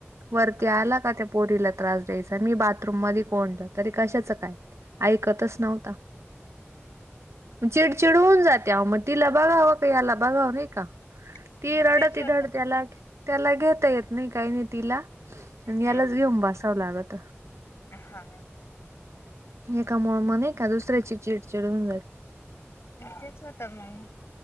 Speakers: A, on the right; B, on the left.
A: वरती
B: हा
A: आला का त्या पोरीला त्रास द्यायचा मी बाथरूम मध्ये कोणलं तरी कशाच काय... ऐकतच नव्हता चिडचिड होऊन जाते मग तिला बघावं का याला बघावं नाही का?
B: मग
A: ती रडती
B: तेच होत.
A: डते लाट त्याला घेता येत नाही काही नाही तिला आणि
B: हम्म
A: यालाच घेऊन बसावं लागत..
B: हा
A: एका मोम ए का दुसऱ्याची चिडचिड होन जाते..
B: तेच होत मग